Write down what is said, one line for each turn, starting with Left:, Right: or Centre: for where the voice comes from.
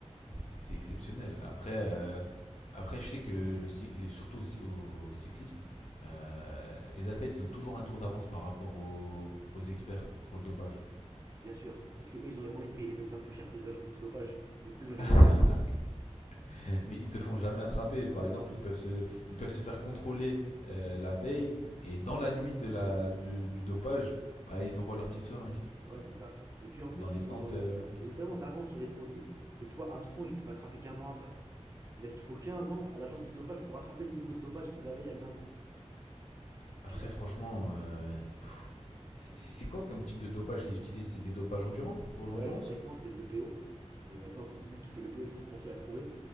Left: c'est- c'est c'est exceptionnel.
Right: C'est-
Left: Après, euh, après, je sais que le, cy- les- surtout au, cy- au cyclisme, euh, les athlètes, ils ont toujours un tour d'avance par rapport aux, aux experts pour le dopage.
Right: Bien sûr, parce que eux, ils ont les moyens de payer les médecins plus cher que les agences antidopage. <laughs> Du coup,
Left: <laughs>
Right: ils ont les meilleurs.
Left: Mais ils se font jamais attraper. Par exemple, ils peuvent se, ils peuvent se faire contrôler euh, la veille et dans la nuit de la, du, du dopage, bah, ils envoient leur petite seringue
Right: Ouais, c'est ça. Et puis en plus,
Left: dans les
Right: ils sont,
Left: tentes.
Right: euh,
Left: euh.
Right: ils ont tellement d'avance sur les produits que tu vois, Armstrong, il s'est fait attraper 15 ans après. C'est-à-dire qu'il faut 15 ans à l'agence antidopage pour attraper le niveau de dopage qu'ils avaient il y a 15 ans.
Left: Après,
Right: Tu vois.
Left: franchement, euh, c'est c'est quoi comme type de dopage qu'ils utilisent? C'est des dopages endurants pour l'endurance?
Right: Ouais, historiquement, c'était de l'EPO. Mais maintenant, c'est fini parce que le l'EPO, c'est trop facile à trouver.